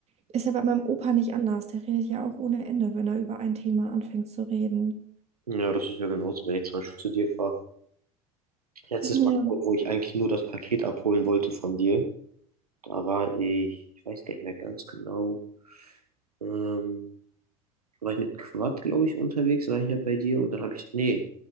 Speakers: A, on the right (about 35°); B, on the right (about 85°).
A: Ist ja bei meinem Opa nicht anders. Der redet ja auch ohne Ende, wenn er über ein Thema anfängt zu reden.
B: Ja, das ist ja genauso, wenn ich zum Beispiel zu dir fahre. Letztes
A: <laughs>
B: Mal, wo ich eigentlich nur das Paket abholen wollte von dir, da war ich, ich weiß gar nicht mehr ganz genau, ähm, Da war ich mit Quad, glaube ich, unterwegs, war ich ja bei dir und dann habe ich, nee,